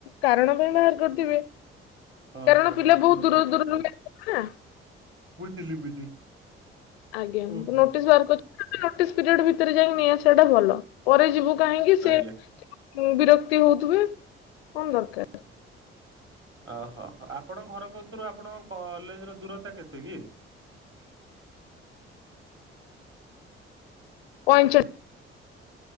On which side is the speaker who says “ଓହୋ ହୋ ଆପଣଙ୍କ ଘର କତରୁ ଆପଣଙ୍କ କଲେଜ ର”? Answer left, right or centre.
Right